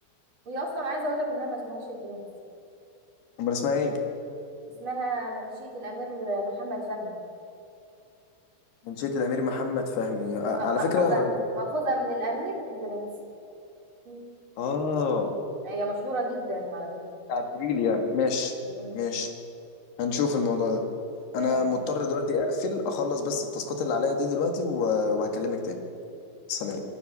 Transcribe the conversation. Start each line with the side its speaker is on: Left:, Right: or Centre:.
Right: هي أصلا عايزة أقولك إنها ما اسمهاش البرنس
Left: امال اسمها ايه
Right: اسمها منشية الأمير محمد فهمي
Left: منشيه الامير محمد فهمي آه،
Right: آه،
Left: على
Right: مأخوذة
Left: فكره
Right: مأخوذة من الأمير البرنس مم.
Left: اه
Right: هي مشهورة جدا على فكرة
Left: تعديل يعني ماشي
Right: مم.
Left: ماشي هنشوف الموضوع ده انا
Right: تمام.
Left: مضطر دلوقتي اقفل اخلص بس التاسكات اللي عليا دي دلوقتي و- وهكلمك تاني سلام